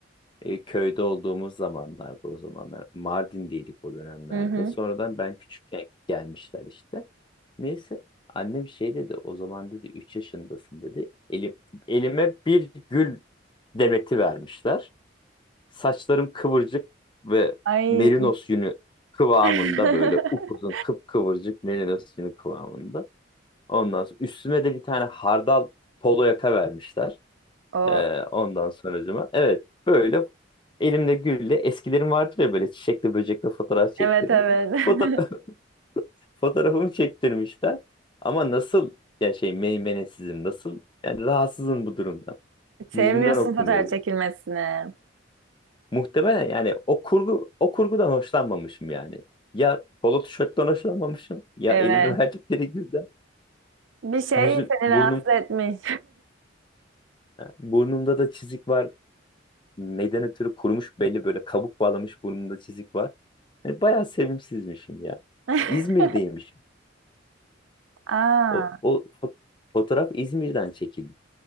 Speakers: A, on the left (about 25°); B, on the right (about 80°).
A: E, köyde olduğumuz zamanlarda o zamanlar Mardin'deydik o dönemlerde.
B: Hı hı.
A: Sonradan ben küçükken gelmişler işte. Neyse annem şey dedi o zaman dedi 3 yaşındasın dedi. Elim, elime bir gül demeti vermişler. Saçlarım kıvırcık ve
B: Ay.
A: merinos yünü kıvamında
B: <laughs>
A: böyle upuzun kıpkıvırcık merinos yünü kıvamında. Ondan sonra üstüme de bir tane hardal polo yaka vermişler.
B: O.
A: Ee, ondan sonracıma. Evet böyle elimde gülle eskilerim vardır ya böyle çiçekle böcekle fotoğraf çektirir.
B: Evet evet. <laughs>
A: Fotoğraf, <laughs> fotoğrafımı çektirmişler. Ama nasıl ya şey meymenesizim nasıl yani rahatsızım bu durumdan.
B: Sevmiyorsun
A: Yüzümden okunuyor.
B: fotoğraf çekilmesini.
A: Muhtemelen yani o kurgu o kurgudan hoşlanmamışım yani. Ya polo tişörtten hoşlanmamışım ya
B: Evet.
A: elime <laughs> verdikleri gülden
B: Bir şey
A: yüzüm
B: seni
A: burnum
B: rahatsız etmiş.
A: burnumda da çizik var neyden ötürü kurumuş belli böyle kabuk bağlamış burnunda çizik var. Yani bayağı sevimsizmişim ya.
B: <laughs>
A: İzmir'deymişim.
B: Aa,
A: O, o fo- fotoğraf İzmir'den çekildi